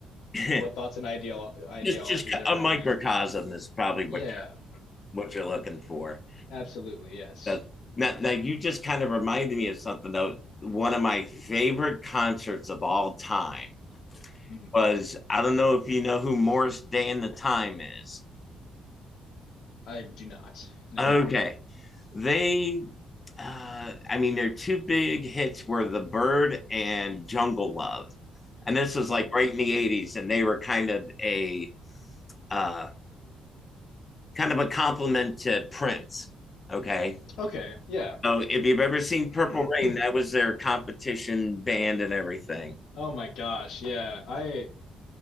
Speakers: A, on the left; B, on the left.
A: <laughs>
B: What thoughts and ideolo ideologies
A: just just
B: are
A: a
B: happening?
A: microcosm is probably
B: Yeah,
A: what what you're looking for.
B: absolutely, yes.
A: Uh, now, now you just kind of reminded me of something though. One of my favorite concerts of all time
B: hmm
A: was I don't know if you know who Morris Day and the Time is.
B: I do not. No.
A: Okay. They, uh, I mean, their two big hits were The Bird and Jungle Love. And this was
B: hmm
A: like right in the 80s, and they were kind of a uh, kind of a compliment to Prince. Okay.
B: Okay, yeah.
A: So if you've ever seen Purple
B: <clears throat>
A: Rain, that was their competition band and everything.
B: Oh my gosh, yeah. I